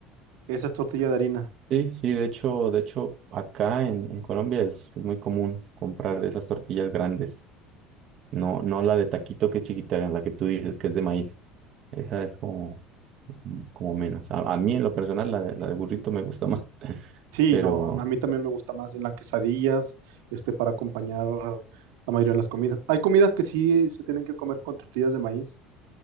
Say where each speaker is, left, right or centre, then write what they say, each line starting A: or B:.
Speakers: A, on the right (about 85°); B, on the right (about 45°).
A: Esa es tortilla de harina.
B: Sí, sí, de hecho, de hecho acá en, en Colombia es, es muy común comprar esas tortillas grandes, no, no la de taquito que es chiquita, la que tú dices
A: Sí.
B: que es de maíz, esa es como como menos. A, a mí en lo personal la, de- la de burrito me gusta más. <laughs>
A: Sí,
B: Pero
A: no, a a mí también me gusta más en las quesadillas, este, para acompañar la mayoría de las comidas. Hay comidas que sí se tienen que comer con tortillas de maíz,